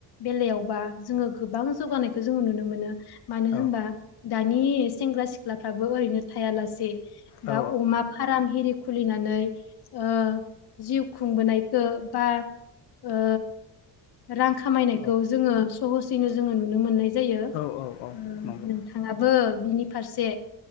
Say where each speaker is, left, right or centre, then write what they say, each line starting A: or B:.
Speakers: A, on the left; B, on the left.
A: बेलायावबा जोङो गोबां जौगानायखौ जोङो नुनो मोनो। मानो
B: औ
A: होनबा
B: औ
A: दानि सेंग्रा सिख्लाफ्राबो ओरैनो थायालासे
B: औ
A: बा अमा फार्म एरि खुलिना नै ओ जिउ खुंबोनायखौ बा ओ रां खामायनायखौ
B: औ
A: जोङो सहसैनो जोङो नुनो मोननाय जायो।
B: औ औ
A: ओ
B: नंगौ
A: थाङाबो बिनि फारसे